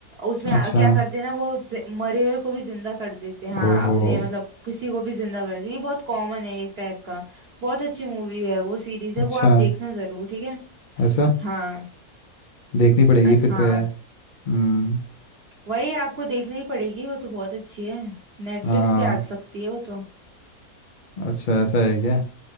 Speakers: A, on the right (about 50°); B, on the left (about 70°).
A: उसमें
B: अच्छा
A: अ- क्या करते हैं ना वो जि- मरे हुए को भी जिंदा कर देते हैं हाँ
B: ओहो
A: अपने मतलब किसी को भी जिंदा कर देते हैं। ये बहुत कॉमन है एक टाइप का बहुत अच्छी मूवी है वो सीरीज है
B: अच्छा
A: वो आप देखना जरूर ठीक है
B: ऐसा
A: हाँ
B: देखनी पड़ेगी
A: अ-
B: फिर
A: हाँ
B: तो यार हम्म
A: वही आपको देखना ही पड़ेगी वो तो बहुत अच्छी है नेटफ्लिक्स
B: हाँ
A: पे आ सकती है वो तो
B: हाँ, अच्छा ऐसा है क्या